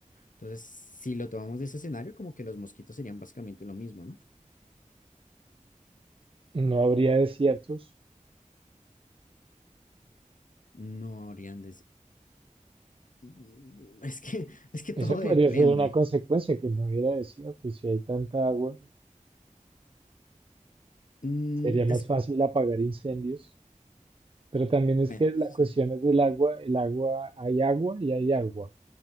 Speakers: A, on the left (about 75°); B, on the right (about 40°).
A: Entonces, si lo tomamos de ese escenario, como que los mosquitos serían básicamente lo mismo, ¿no?
B: No habría desiertos.
A: No habrían de... Mm, <laughs> Es que, es que todo
B: Esa podría
A: depende.
B: ser una consecuencia, que no hubiera desiertos. Si hay tanta agua,
A: Mm,
B: sería más
A: es...
B: fácil apagar incendios. Pero también es
A: bueno,
B: que la
A: sí,
B: cuestión es del agua, el agua, hay agua y hay agua,